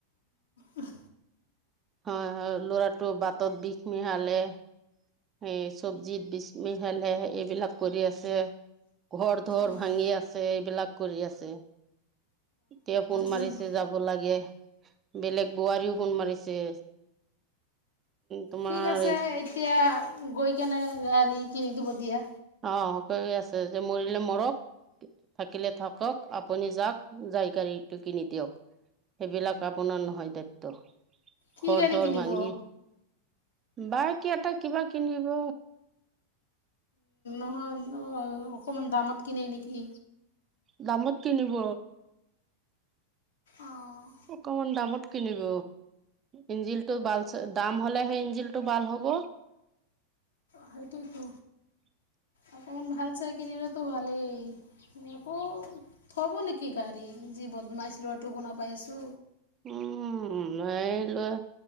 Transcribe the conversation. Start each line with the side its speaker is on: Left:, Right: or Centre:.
Left: আহ।
Right: হয় হয় ল'ৰাটোটো বাটত বিঘ মিহালে স চব্জিত বিচ মি খালে এইবিলাক কৰি আছে। ঘৰ ধৰ
Left: অ',
Right: ভাঙি আছে, এইবিলাক কৰি আছে। এতিয়া ফোন
Left: নি
Right: মাৰিছে যাব লাগে। বেলেগ বোৱাৰীও ফোন মাৰিছে। তোমাৰ
Left: ঠিক আছে এতিয়া গৈ কেনে গাড়ী কিনি দিব দিয়া
Right: অ কৈ আছে যে মৰিলে মৰক থাকিলে থাকক আপুনি যাওক যাই গাড়ীটো কিনি দিয়ক সেইবিলাক আপোনাৰ নহয় দায়িত্ব
Left: কি
Right: খৰ
Left: গাড়ী
Right: ধৰ
Left: কিনিব?
Right: ভাঙি বাই ক এটা কিবা কিনিব
Left: অ অ অকমান দামত কিনে নেকি?
Right: দামত কিনিব
Left: অ'।
Right: অকমান দামত কিনিব ইঞ্জিল বাল দাম হলে সেই ইঞ্জিল টো ভাল হ'ব
Left: সেইটোতো
Right: <unintelligible>
Left: অকণমান ভাল চাই কিনিলতো ভালেই আকৌ থব নেকি গাড়ী বদ মাইছ লোৱাটো শুনা পাই আছো
Right: উম এই লোৱা